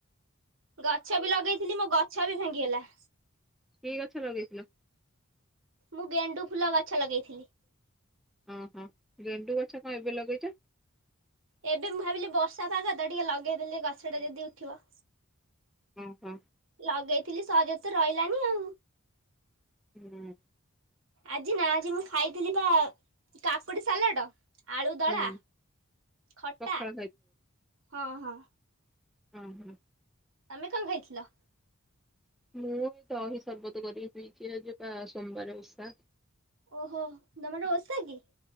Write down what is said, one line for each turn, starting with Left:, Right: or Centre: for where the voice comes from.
Right: ଗଛ ବି ଲଗେଇଥିଲି ମୋ ଗଛ ବି ଭାଙ୍ଗିଗଲା
Centre: ଇଗଛଲଗେଇଥିଲ।
Right: ମୁଁ ଗେଣ୍ଡୁ ଫୁଲ ଗଛ ଲଗେଇଥିଲି
Centre: ଓହୋ ଗେଣ୍ଡୁ ଗଛ କଣ ଏବେ ଲଗେଇଛ,
Right: ଏବେ ମୁଁ ଭାବିଲି ବର୍ଷା ପାଗ ତ ଟିକେ ଲଗେଇଦେଲି ଗଛ ଟା ଯଦି ଉଠିବ
Centre: ହୁଁ ହୁଁ
Right: ଅଗେଇଥିଲି ସହଜ ତ ରହିଲାନି ଆଉ
Centre: ହୁଁ
Right: ଆଜି ନା ଆଜି ମୁଁ ଖାଇଥିଲି ବା କାକୁଡି ସାଲାଡ ଆଳୁଦଳା
Centre: ହୁଁ
Right: ଖଟା
Centre: ପଖାଳ
Right: ହଁ ହଁ
Centre: ହୁଁ ହୁଁ
Right: ତମେ କଣ ଖାଇଥିଲ
Centre: ମୁଁ ଦହି ସର୍ବତ କରି ପିଇଛି ଆଜି ବା ସୋମବାର ଓଷା
Right: ଓହୋ ତମର ଓଷା କି